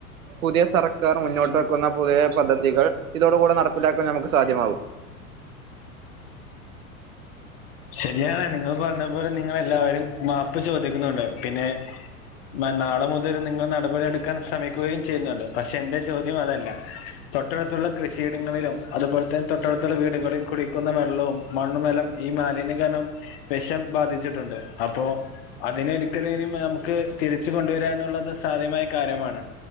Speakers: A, on the right; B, on the left.
A: പുതിയ സർക്കാർ മുന്നോട്ട് വെക്കുന്ന പുതിയ പദ്ധതികൾ ഇതോട് കൂടെ നടപ്പിലാക്കാൻ നമുക്ക് സാധ്യമാകും.
B: ശെര്യാണ് നിങ്ങൾ പർഞ്ഞ പോലെ നിങ്ങളെല്ലാരും മാപ്പ് ചോദിക്കുന്നുണ്ടാവും പിന്നെ മ നാളെ മുതൽ നിങ്ങൾ നടപടി എട്ക്കാൻ ശ്രമിക്കുകയും ചെയ്യുന്നുണ്ട് പക്ഷെ എന്റെ ചോദ്യം അതല്ല തൊട്ടട്ത്തുള്ള കൃഷിയിടങ്ങളിലും അതുപോലെ തെൻ തൊട്ടട്ത്തുള്ള വീടുകളിൽ കുടിക്കുന്ന വെള്ളവും മണ്ണുമെല്ലാം ഈ മാ ലിന്യം കാരണം വെഷം ബാധിച്ചിട്ടുണ്ട് അപ്പോ അതിനൊരിക്കലും ഇനി നമക്ക്. തിരിച്ച് കൊണ്ടുവരുക ന്നുള്ളത് സാധ്യമായ കാര്യമാണ്.